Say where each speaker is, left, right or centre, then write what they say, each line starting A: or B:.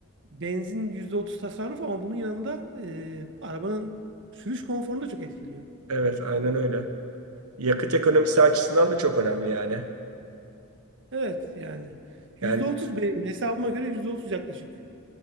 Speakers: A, on the right; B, on the right.
A: benzin %30 tasarruf ama bunun yanında e, arabanın sürüş konforunu da çok etkiliyor.
B: Evet, aynen öyle. Yakıt ekonomisi açısından da çok önemli yani.
A: Evet yani yüzde
B: Yani
A: otuz benim hesabıma göre %30 yaklaşık.